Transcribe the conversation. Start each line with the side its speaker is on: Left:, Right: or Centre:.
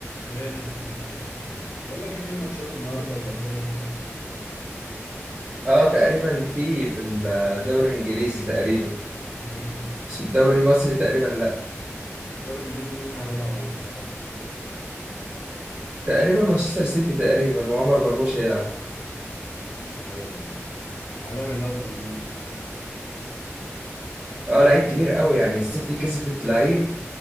Left: ايه يا نجم عامل ايه؟ بقول لك ايه في ماتشات النهارده ولا في اي حاجه؟
Right: اه تقريبا في في الدوري الانجليزي تقريبا
Left: امم
Right: بس في الدوري المصري تقريبا لا
Left: الدوري الانجليزي مين هيلعب ولا ما تعرفش؟
Right: تقريبا مانشستر سيتي تقريبا وعمر مرموش هيلعب
Left: ايوه ايوه عالمي الواد مرموش ده
Right: اه لعيب كبير قوي يعني السيتي كسبت لعيب